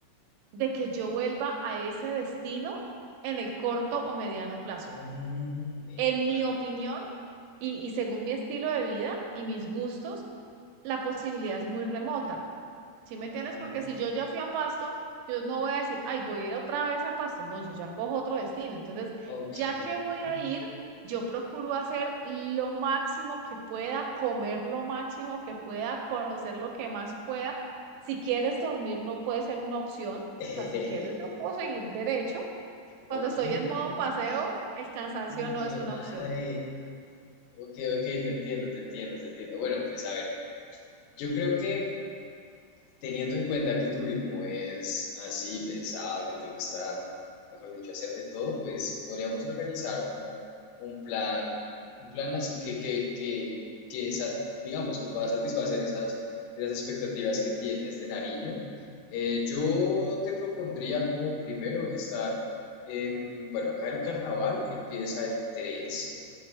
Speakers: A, on the right; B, on the left.
A: de que yo vuelva a ese destino en el corto o mediano plazo.
B: Mm,
A: En
B: epa.
A: mi opinión y, y según mi estilo de vida y mis gustos, la posibilidad es muy remota. ¿Sí me entiendes?
B: Ajá.
A: Porque si yo ya fui a Pasto, yo no voy a decir, ay, voy a ir otra vez a Pasto. No, yo ya cojo otro destino. Entonces,
B: Ok,
A: ya que voy
B: ok.
A: a ir, yo procuro hacer lo máximo que pueda, comer lo máximo que pueda, conocer lo que más pueda. Si quieres dormir, no puede ser una opción. O
B: <laughs>
A: sea, si quieres, yo puedo seguir derecho. Cuando
B: Ok,
A: estoy en
B: ok,
A: modo
B: ok.
A: paseo, el cansancio
B: Uf,
A: no es
B: de
A: una
B: madre.
A: opción.
B: Ok, ok, te entiendo, te entiendo, te entiendo. Bueno, pues a ver, yo creo que teniendo en cuenta que tu ritmo es así, pesado, que te gusta, mejor dicho, hacer de todo, pues podríamos organizar como un plan, un plan así que, que, que, que esa- digamos, que pueda satisfacer esas, esas expectativas que tienes de Nariño. Eh, yo te propondría como primero estar, em, bueno, acá el carnaval empieza el 3